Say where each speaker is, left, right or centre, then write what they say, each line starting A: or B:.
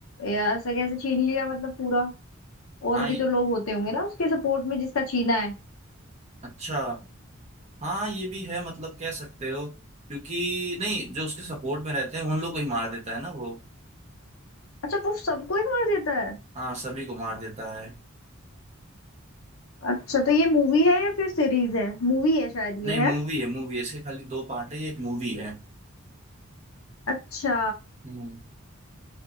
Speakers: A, on the left; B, on the right.
A: यार ऐसे कैसे छीन लिया मतलब पूरा और
B: हाँ
A: भी
B: ये-
A: तो लोग होते होंगे ना उसके सपोर्ट में जिसका छीना है
B: अच्छा हाँ ये भी है मतलब कह सकते हो क्योंकि नहीं जो उसके सपोर्ट में रहते हैं उन लोग को ही मार देता है ना वो
A: अच्छा वो सबको ही मार देता है
B: हाँ सभी को मार देता है
A: अच्छा तो ये मूवी है या फिर सीरीज है मूवी है शायद
B: नहीं
A: ये
B: मूवी
A: है
B: है मूवी है इसके खाली दो पार्ट है ये एक मूवी है
A: अच्छा
B: हम्म